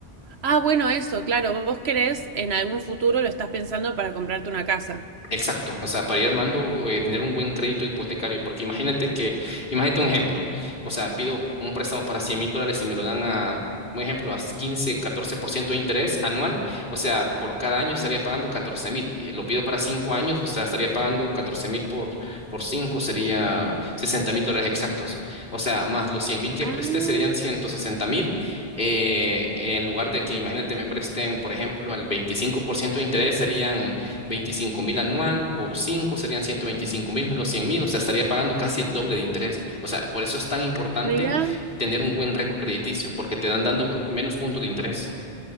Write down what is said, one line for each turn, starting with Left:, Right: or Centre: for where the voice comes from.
Right: Ah, bueno, eso, claro, vos querés en algún futuro lo estás pensando para comprarte una casa.
Left: Exacto, o sea, para ir armando, eh, tener un buen crédito hipotecario, porque imagínate que, imagínate un ejemplo, o sea, pido un préstamo para cien mil dólares y me lo dan a, un ejemplo, a quince, catorce por ciento de interés anual, o sea, por cada año estaría pagando catorce mil, eh, lo pido para 5 años, o sea, estaría pagando 14 mil por, por 5 sería sesenta mil dólares exactos, o sea, más los cien mil que
Right: Ah,
Left: presté serían ciento sesenta mil, eh, en lugar de que, imagínate, me presten, por ejemplo, al 25% de interés serían veinticinco mil anual por 5 serían ciento veinticinco mil más los 100 mil, o sea, estaría pagando casi el doble de interés. O sea, por eso es tan importante
Right: mira.
Left: tener un buen récord crediticio, porque te dan dando menos puntos de interés.